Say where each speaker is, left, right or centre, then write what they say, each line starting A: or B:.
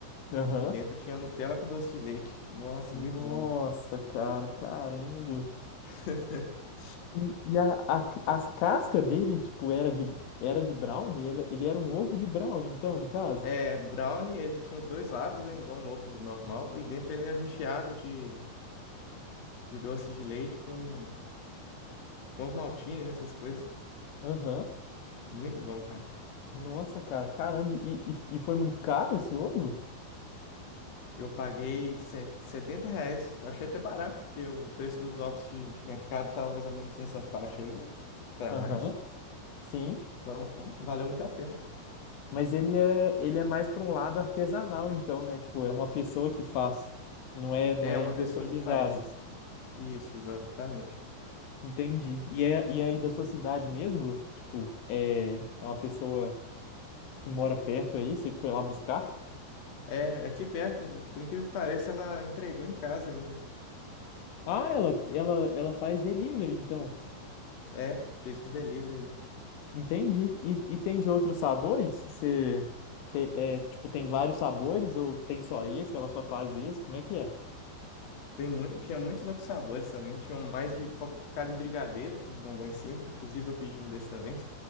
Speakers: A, on the left; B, on the left.
A: Aham.
B: E dentro tinha Nutella com doce de leite. Nossa,
A: Nossa,
B: muito bom.
A: cara, caramba.
B: <laughs>
A: E, e a, a, as casca dele, tipo, era de, era de brownie? Ele, ele era um ovo de brownie, então, no caso?
B: É, brownie, ele tinha os dois lados, né? Igual um ovo normal. E dentro ele era recheado de, de doce de leite com, com ovo maltine, né, essas coisas.
A: Aham.
B: Muito bom, cara.
A: Nossa, cara, caramba. E, e, e foi muito caro esse ovo?
B: Eu paguei se- 70 reais. Eu achei até barato, porque o preço dos ovos de, de mercado estava mais ou menos nessa faixa aí, para
A: Aham,
B: mais.
A: sim.
B: Então, valeu muito a pena.
A: Mas ele é, ele é mais para um lado artesanal, então, né? Tipo, é uma pessoa que faz. Não é, não
B: É
A: é
B: uma
A: industrializado.
B: pessoa que faz isso, Isso, exatamente.
A: Entendi. E, é, e é aí da sua cidade mesmo? Tipo, é, é uma pessoa que mora perto aí, você que foi lá buscar?
B: É, é aqui perto, por incrível que pareça, ela entregou em casa ainda.
A: Ah, ela, ela, ela faz delivery, então.
B: É, fez o delivery ali.
A: Entendi. E, e tem de outros sabores? Você, te- é, tipo, tem vários sabores ou tem só esse? Ela só faz esse? Como é que é?
B: Tem muito, tinha muitos outros sabores também. Tinham mais de, focado em brigadeiro, com bombom em cima. Inclusive, eu pedi um desse também.